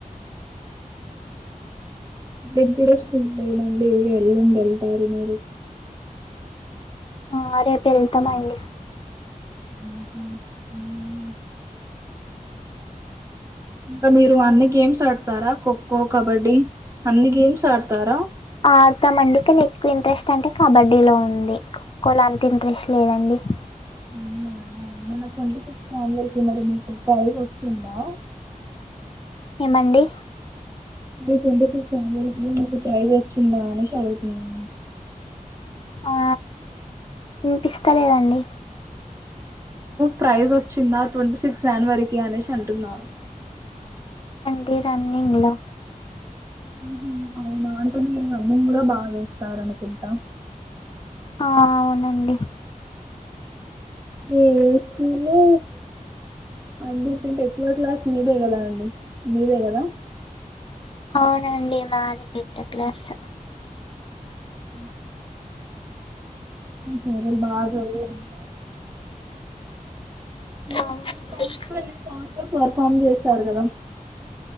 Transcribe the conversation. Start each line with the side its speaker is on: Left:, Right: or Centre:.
Right: ఇప్పుడే స్కూల్కి పోయినం మీరు యెల్లుండి యెళ్తారు మీరు
Left: ఆ రేపు యెళ్తామ అండి
Right: ఉమ్ హూ ఇంగా మీరు అన్ని గేమ్స్ ఆడతారా ఖోఖో కబడ్డీ అన్ని గేమ్స్ ఆడతారా
Left: ఆడతాం అండి కానీ ఎక్కువ ఇంట్రెస్ట్ అంటే కబడ్డీ లో ఉంది ఖోఖో లో అంత ఇంట్రెస్ట్ లేదండి <inaudible>
Right: అవునా మొన్న ట్వంటీ సిక్స్ జనవరికిి మరి మీకు ప్రైజ్ వచ్చిందా
Left: ఏమండి
Right: ట్వంటీ సిక్స్ జనవరికిి మీకు ప్రైజ్ వచ్చిందా అనేసి అడుగుతున్నా
Left: ఆ వినిపిస్తలేదండి
Right: ప్రైజ్ వచ్చిందా ట్వంటీ సిక్స్ జనవరికి అనేసి అంటున్నారు
Left: టే రన్నింగ్ లో
Right: ఉమ్ హూ అవునా అంటే మీరు రన్నింగ్ గూడా బాగా జేస్తారనుకుంటా
Left: ఆ అవునండి
Right: ఏ స్కూలు అందరికంటే ఎక్కువ క్లాస్ మీదే కదా అండి మీరే కదా
Left: అవునండి మాదే పెద్ద క్లాస్
Right: ఉహూ ఉమ్ <unintelligible> బాగా జరిగేది ఇంకా మీరు
Left: అవునండి
Right: త్రీ సాంగ్స్ కో ఎన్ని సాంగ్స్ కో పర్ఫార్మ్ చేస్తారు కదా